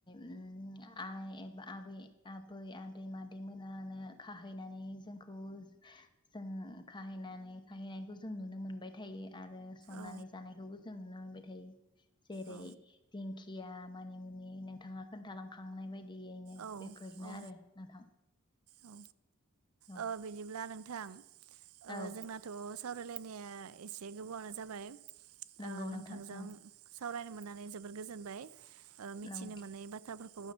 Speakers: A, on the left; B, on the right.
A: ओम आइ एबा आबै आबै आदै मादै मोनानो खाहैनानै जोंखौ जों खाहैनानै खाहैनायखौ जों नुनो मोनबाय थायो आरो संनानै
B: औ
A: जानायखौबो जों नुनो मोनबाय थायो जेरै-
B: औ
A: दिंखिया मानि मुनि नोंथाङा खोन्थालांखांनाय बायदि यैनो
B: औ
A: बेफोरनो
B: औ
A: आरो नोंथां।
B: औ
A: औ
B: ओ बिदिब्ला नों थां ओ
A: औ
B: जोंनाथ' सावरायलायनाया एसे गोबावानो जाबाय।
A: नंगौ
B: ओ नोंथांजों
A: नोंथां औ
B: सावरायनो मोननानै जोबोर गोजोनबाय। ओ मिथिनो
A: औ
B: मोनै बाथ्राफोरखौ